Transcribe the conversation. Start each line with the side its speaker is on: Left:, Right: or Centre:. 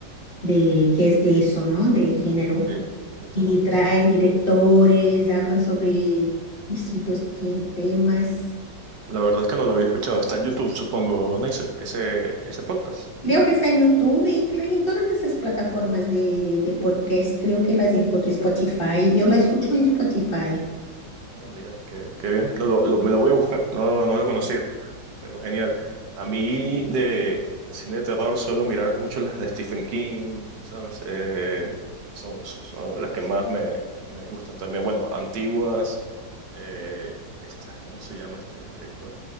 Left: de que es de eso, ¿no? De género.
Right: Sí, de terror.
Left: Y traen
Right: sí.
Left: directores, hablan sobre distintos ti- temas.
Right: La verdad es que no lo había escuchado. Está en YouTube, supongo, Neisef, ese, ese podcast.
Left: Creo que está en YouTube y cre- en todas esas plataformas de, de podcast. Creo que las encuentro en Spotify. Yo la escucho en Spotify.
Right: Ah, mira, qué, qué bien. No, lo, lo- me lo voy a buscar. No, no lo conocía, pero genial. A mí de cine de terror suelo mirar mucho las de Stephen King, ¿sabes? Eh, son, son- son las que más me, me gustan también. Bueno, antiguas. Eh, esta- ¿cómo se llama este director?